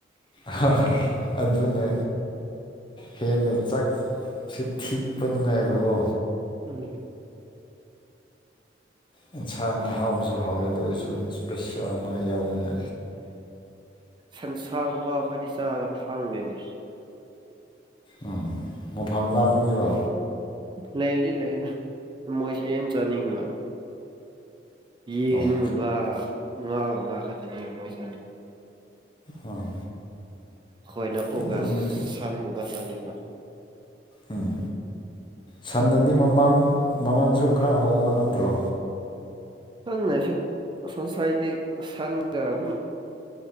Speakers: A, on the left (about 25°); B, on the right (about 25°).
A: ꯍ ꯣꯏ ꯑꯗꯨꯅꯦ ꯍꯦꯟꯅ ꯆꯥꯛ ꯆ ꯊꯤꯛꯄ ꯅꯨꯡꯉꯥꯏꯕꯀꯣ
B: ꯎꯝ
A: ꯑꯦꯟꯁꯥꯡ ꯑꯍꯥꯎꯕꯁꯨ ꯍꯥꯎꯋꯦ ꯑꯗꯨ ꯑꯣꯏꯔꯁꯨ ꯏꯁꯄꯦꯁꯤꯌꯥ ꯑꯃ ꯌꯥꯎꯕꯅ
B: ꯁꯟꯁꯥꯒꯨꯝꯕ ꯑꯩꯈꯣꯏꯗꯤ ꯆꯥꯗꯕ ꯐꯪꯗꯣꯏꯅꯦ
A: ꯎꯝ ꯃꯐꯝ ꯂꯥꯞꯄꯒꯤꯔꯣ
B: ꯂꯩꯗꯤ ꯂꯩꯗ ꯃꯣꯏꯁꯦꯟ ꯍꯟꯅ ꯆꯥꯅꯤꯡꯕ ꯌꯦꯟꯒꯨꯝꯕ
A: ꯑꯣ
B: ꯉꯥꯒꯨꯝꯕ ꯈꯛꯇꯅꯤ ꯌꯥꯝ ꯃꯣꯏ ꯆꯥꯅꯤꯡ
A: ꯑꯥ
B: ꯍꯣꯏꯅ ꯑꯣꯒꯁ
A: ꯑꯗꯨꯒꯨꯝꯕꯗꯤ
B: ꯁꯟꯒꯨꯝꯕ ꯆꯥꯅꯤꯡꯕ
A: ꯎꯝ ꯁꯅꯗꯤ ꯃꯃꯥꯡ ꯃꯃꯟꯁꯨ ꯈꯔ ꯍꯣꯡꯕ ꯅꯠꯇ꯭ꯔꯣ
B: ꯊꯪꯅ ꯁꯤ ꯁꯣꯟꯁꯥꯏꯇꯛ ꯁꯥꯟ ꯗ ꯑꯗꯨꯝ